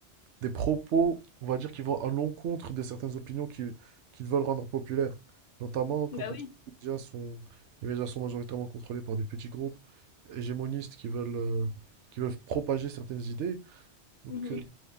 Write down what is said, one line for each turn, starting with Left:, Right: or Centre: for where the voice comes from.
Right: des propos, on va dire, qui vont à l'encontre de certaines opinions qui- qu'ils veulent rendre populaires. Notamment quand
Left: Bah
Right: on sait
Left: oui.
Right: que les médias sont, les médias sont majoritairement contrôlés par des petits groupes hégémonistes qui veulent, euh, qui veulent propager certaines idées. Donc,
Left: Mhm.
Right: euh,